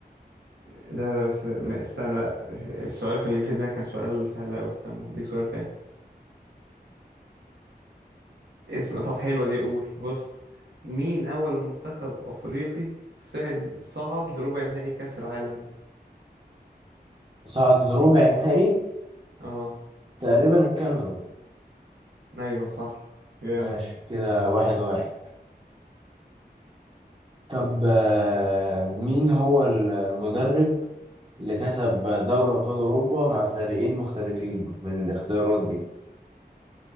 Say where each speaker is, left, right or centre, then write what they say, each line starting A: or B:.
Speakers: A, on the right; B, on the right.
A: ده ده بس ما- استنى لا السؤال اللي جه في دماغي كان سؤال سهل اوي استنى هديك سؤال تاني اسم طب حلوة دي قول بص مين أول منتخب أفريقي صعد صعد لربع نهائي كأس العالم
B: صعد لربع نهائي
A: اه
B: تقريبا الكاميرون
A: أيوة صح جامد
B: ماشي كده واحد واحد طب آه، مين هو المدرب اللي كسب دوري أبطال أوروبا مع فريقين مختلفين من الاختيارات دي؟